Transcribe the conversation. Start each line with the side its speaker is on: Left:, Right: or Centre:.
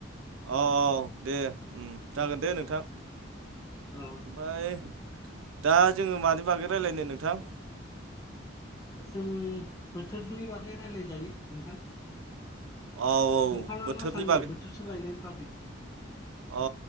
Right: औ औ दे जागोन दे नोंथां
Left: ओ
Right: ओमफाय दा जोङो मानि बागै रायज्लायनो नोंथां
Left: जों बोथोरनि बागै रायलाय जायो नोंथां
Right: औ
Left: नोंथाङा
Right: बोथोरनि
Left: मा सानो
Right: बागै
Left: बोथोरसे लायनायनि बागै
Right: अ